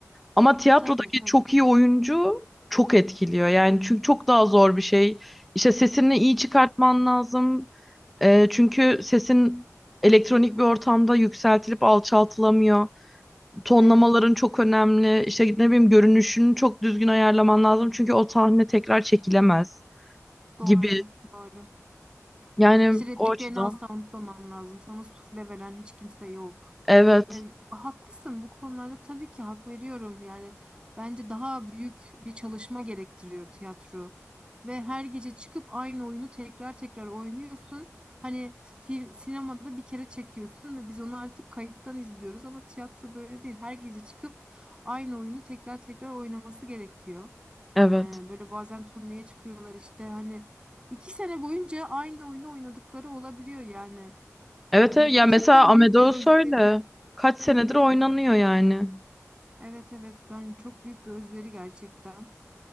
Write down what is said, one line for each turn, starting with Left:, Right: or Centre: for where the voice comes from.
Centre: Ama tiyatrodaki
Right: Tabii, tabii.
Centre: çok iyi oyuncu çok etkiliyor. Yani çünkü çok daha zor bir şey. İşte sesini iyi çıkartman lazım. Ee, çünkü sesin elektronik bir ortamda yükseltilip alçaltılamıyor. tonlamaların
Right: Evet.
Centre: çok önemli. İşte ne bileyim görünüşünü çok düzgün ayarlaman lazım. Çünkü o sahne tekrar çekilemez
Right: Doğru,
Centre: gibi.
Right: doğru.
Centre: Yani
Right: İşte repliklerini
Centre: o açıdan.
Right: asla unutmaman lazım. Sana sufle veren hiç kimse yok.
Centre: Evet.
Right: E, haklısın bu konularda tabii ki hak veriyorum. Yani bence daha büyük bir çalışma gerektiriyor tiyatro. Ve her gece çıkıp aynı oyunu tekrar tekrar oynuyorsun. Hani film, sinemada bir kere çekiyorsun ve biz onu artık kayıttan izliyoruz ama tiyatro böyle değil. Her gece çıkıp aynı oyunu tekrar tekrar oynaması gerekiyor.
Centre: Evet.
Right: E, böyle bazen turneye çıkıyorlar işte hani İki sene boyunca aynı oyunu oynadıkları olabiliyor yani.
Centre: Evet,
Right: E,
Centre: evet.
Right: gerçekten
Centre: Ya mesela Amadeus
Right: büyük bir özveri.
Centre: öyle. Kaç senedir
Right: Hı hı.
Centre: oynanıyor yani.
Right: Evet evet ben çok büyük bir özveri gerçekten.